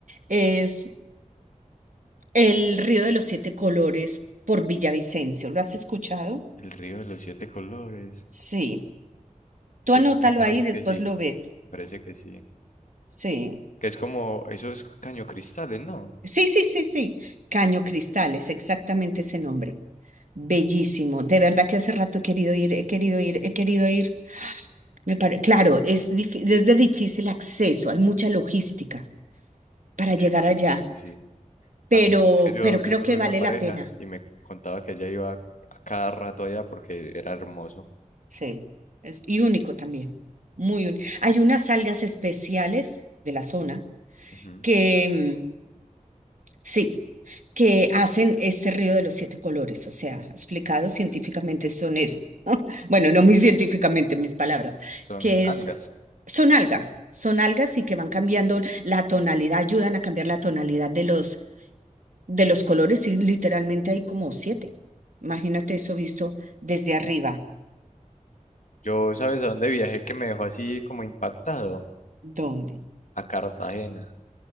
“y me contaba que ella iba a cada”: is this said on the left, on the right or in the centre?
Left